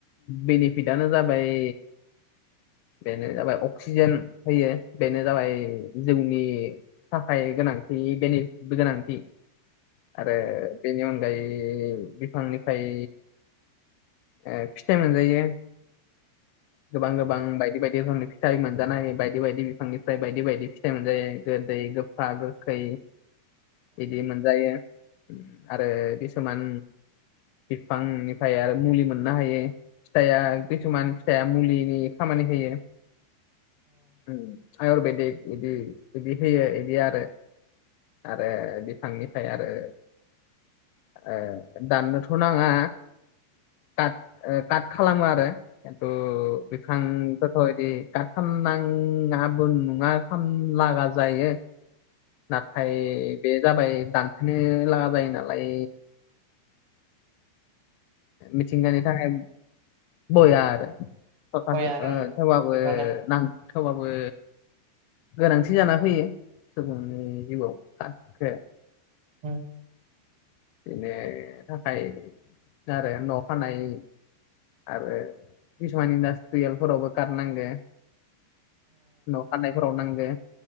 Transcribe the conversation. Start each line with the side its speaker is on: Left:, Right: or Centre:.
Left: बेनिफिटानो जाबाय बेनो जाबाय अक्सिजेन होयो। बेनो जाबाय जोंनि थाखाय गोनांथि बेनि गोनांथि। आरो बेनि अनगायै बिफांनिफ्राय ओ-फिथाइ मोनजायो गोबां गोबां बायदि बायदि रोखोमनि फिथाइ मोन जानाय बायदि बायदि बिफांनिफ्राय बायदि बायदि फिथाइ मोनजायो गोदै गोफा गोखै बिदि मोनजायो आरो किसुमान बिफांनिफ्राय आरो मुलि मोननो हायो फिथाइआ खिसुमान फिथाइआ मुलिनि खामानि होयो। उ आयुर्वेदिक बिदि बिदि होयो बिदि आरो आरो बिफांनिफ्राय आरो ओ- दाननोथ' नाङा। काट ओ-काट खालामो आरो खिन्थु बिफांफोर बोफोरबादि खालाम नाङाबो नङा खालाम लागा जायो। नाथाय बे जाबाय दानफायनो लागा जायो नालाय मिथिंगानि थाखाय बया आरो स
Right: गय आरो
Left: ओ-थेवबाबो
Right: बिफां बेनो
Left: नां थेवबाबो गोनांथि जाना फैयो सुबुंनि जिउआव काटखो।
Right: औ
Left: बिनि थाखाय आरो न' खानाय। आरो किसुमान इनदासट्रियेल फोरावबो खाट नांगो। न' खानायफोराव नांगो